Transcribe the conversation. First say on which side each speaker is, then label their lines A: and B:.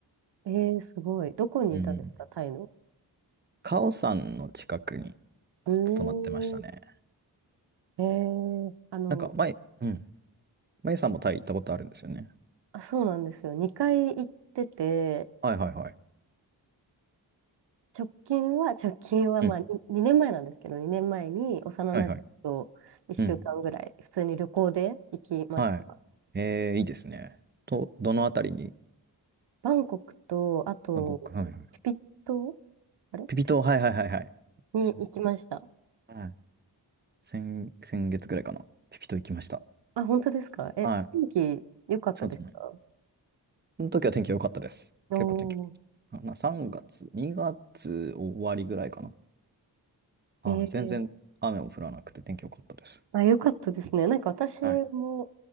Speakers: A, on the right; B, on the right.
A: えー、すごい。どこにいたんですか、
B: うん。
A: タイの。
B: カオさんの近くに
A: うーん。
B: ずっと泊まってましたね。
A: えー、あの、
B: なんか、前、うん。まゆさんもタイ行ったことあるんですよね。
A: あ、そうなんですよ。2回行ってて、
B: はいはいはい。
A: 直近は、直近はまあに2、
B: うん
A: 年前なんですけど、2年前に幼なじみと1週間ぐらい、
B: はいはい。うん。
A: 普通に旅行で行きました。
B: はい。えー、いいですね。と、どのあたりに
A: バンコクと、あと、
B: バンコク。はいはい。
A: ピピ島あれ
B: ピピ島、はいはいはいはい。
A: に行きました。
B: 私も、はい。先、先月ぐらいかな。ピピ島行きました。
A: あ、本当ですかえ、
B: はい。
A: 天気良かったですか
B: ちょっとね、その時は天気良かったです。
A: お
B: 結構天気あかな、3月、2月終わりぐらいかな。はい。
A: ー、えー、
B: 全然雨も降らなくて天気良かったです。
A: あ、良かったですね。なんか私も、
B: はい。